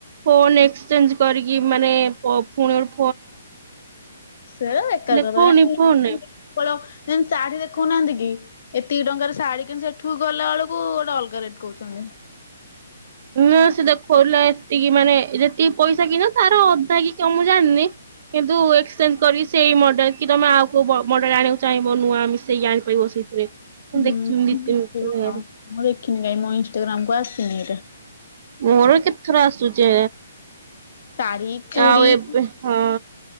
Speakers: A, on the right; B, on the left.
A: ଫୋନ ଏକ୍ସଚେଞ୍ଜ କରିକି ମାନେ ଏ ପ ଫୁଣି ଗୋଟ୍
B: ସେ ବେକାର
A: ଦେଖଉନି
B: କଥା। <unintelligible>
A: ଫୋନରେ
B: ଯେମିତି ଶାଢୀ ଦେଖଉନାହାନ୍ତି କି, ଏତିକି ଟଙ୍କାର ଶାଢୀ କିଣି ସେଠୁ ଗଲା ବେଳକୁ ଗୋଟେ ଅଲଗା ରେଟ କହୁଛନ୍ତି। <inaudible>
A: ହୁଁ ସେ ଦେଖିଉଥିଲା ଏତିକି ମାନେ ଯେତିକି ପଇସା କି ନ ତାର ଅଧା କି ମୁଁ ଜାଣିନି କିନ୍ତୁ ଏକ୍ସଚେଞ୍ଜ କରିକି ସେଇ ମଡେଲ କି ତମେ ଆଉ କଉ ମଡେଲ ଆଣିବାକୁ ଚାହିଁବ ନୂଆ ମିଶେଇକି ଆଣିପାରିବ ସେଇଥିରେ। ମୁଁ
B: ହୁଁ
A: ଦେଖିନି ଦି ତିନି
B: ଦେଖିବ।
A: ଜାଗାରେ
B: ମୁଁ ଦେଖିନି କାଇଁ ମୋ ଇନଷ୍ଟାଗ୍ରାମ କୁ ଆସିନି ଏଟା।
A: ମୋର କେତେ ଥର ଆସୁଚେ
B: ଶାଢୀ ଚୁଡ଼ି
A: ଆଉ ଏବେ ହଁ।